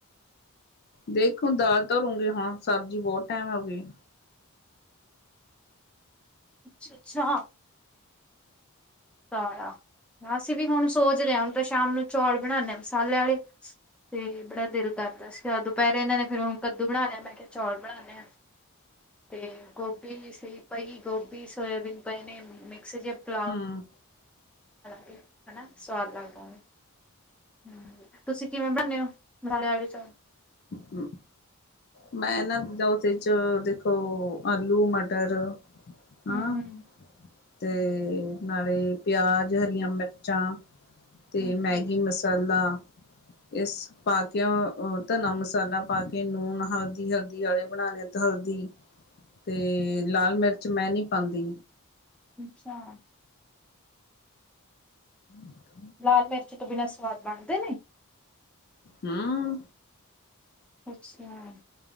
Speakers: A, on the left; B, in the centre.
A: ਦੇਖੋ ਦਾਲ ਤਰੋਂਗੀ ਹੁਣ ਸਬਜ਼ੀ ਬਹੁਤ ਟਾਈਮ ਹੋ ਗਈ।
B: ਅੱਛਾ- ਅੱਛਾ ਹਾਂ। ਸਾਲਾ ਅਸੀਂ ਵੀ ਹੁਣ ਸੋਚ ਰਹੇ ਹਾਂ ਹੁਣ ਤਾਂ ਸ਼ਾਮ ਨੂੰ ਚੌਲ ਬਣਾਉਨੇ ਮਸਾਲੇ ਵਾਲੇ ਤੇ ਬੜਾ ਦਿਲ ਕਰਦਾ ਸੀਗਾ ਦੁਪਹਿਰੇ ਇਹਨਾਂ ਨੇ ਫਿਰੁ ਕੱਦੂ ਬਣਾ ਲਿਆ ਮੈਂ ਕਿਹਾ ਚੌਲ ਬਣਾਉਂਨੇ ਹਾਂ। ਤੇ ਗੋਭੀ ਸਈ ਪਈ ਗੋਭੀ ਸੋਇਆਬੀਨ ਪਈ ਨੇ ਮਿਕਸ ਜ ਪ
A: ਹੰਮ
B: ਕੇ ਹਨਣਾ ਸਵਾਦ ਲੱਗਦਾ ਹਮ ਤੁਸੀਂ ਕਿਵੇਂ ਬਣਨੇ ਹੋ ਦੀ ਚੌਲ
A: ਹਮ ਮੈਂ ਨਾਦ ਜਿਦਾ ਉਹਦੇ ਚ ਦੇਖੋ ਆਲੂ ਮਟਰ ਆਾਂ
B: ਹੂੰ
A: ਤੇ ਨਾਲੇ ਪਿਆਜ ਹਰੀਆਂ ਮਿਰਚਾਂ ਤੇ
B: ਹੂੰ
A: ਮੈਗੀ
B: ਜੀ
A: ਮਸ ਪਹਲਾ ਇਸ ਪਾਤ ਕਿਉ ਧਨਾ ਮਸਾਲਾ ਪਾ ਕੇ ਨੂਣ ਹਲਦੀ ਹਲਦੀ ਵਾਲੇ ਬਣਾਉਣੇ ਅਤੇ ਹਲਦੀ
B: ਹ
A: ਤੇ ਲਾਲ ਮਿਰਚ ਮੈਂ ਨਹੀਂ ਪਾਉਂਦੀ
B: ਅੱਛਾ
A: ਹਠਕ
B: ਲਾਲ ਮਿਰਚ ਤੋਂ ਬਿਨਾਂ ਸਵਾਦ ਬਣਦੇ ਨੇ
A: ਹਮ
B: ਅੱਛਾ